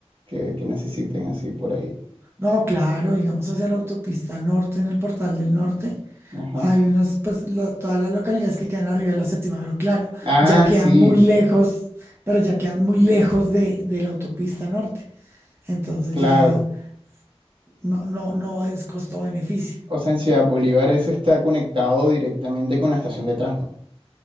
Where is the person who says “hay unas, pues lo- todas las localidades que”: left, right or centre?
Right